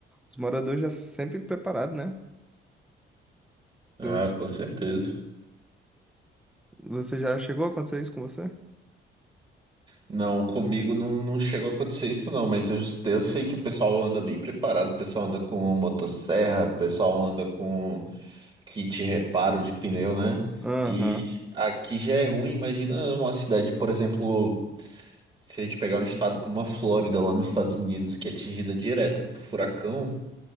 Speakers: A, in the centre; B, on the right.
A: Os moradores já s- sempre preparados, né? Pelos...
B: Ah, com certeza.
A: Você já chegou a acontecer isso com você?
B: Não, comigo não, não chegou a acontecer isso não, mas eu, eu sei que o pessoal anda bem preparado, o pessoal anda com motosserra, o pessoal anda com kit reparo de pneu, né?
A: Aham.
B: E aqui já é ruim, imagina uma cidade, por exemplo, se a gente pegar um estado como a Flórida, lá nos Estados Unidos, que é atingida direta por furacão,